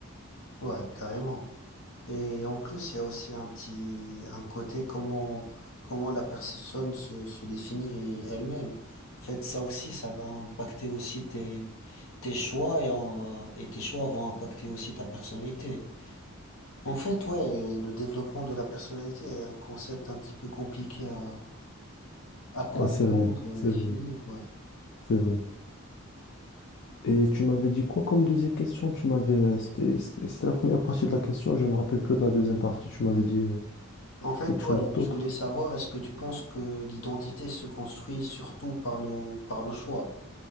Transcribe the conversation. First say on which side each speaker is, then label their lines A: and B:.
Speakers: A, on the left; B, on the left.
A: Ouais, carrément. Et en plus, il y a aussi un petit, un côté comment, comment la personne se, se définit elle-même. En fait, ça aussi, ça va impacter aussi tes, tes choix et, en- et tes choix vont impacter aussi ta personnalité. En fait, ouais, et le développement de la personnalité est un concept un petit peu compliqué à, à comprendre
B: à cerner,
A: et
B: c'est
A: à définir.
B: vrai,
A: ouais.
B: c'est vrai. Et tu m'avais dit quoi comme deuxième question? Tu m'avais, euh, c'était, c'était c'était la première partie de la question, je me rappelle plus de la deuxième partie. Tu m'avais dit euh,
A: En fait,
B: quelque chose
A: ouais,
B: d'autre.
A: je voulais savoir, est-ce que tu penses que l'identité se construit surtout par nos, par nos choix,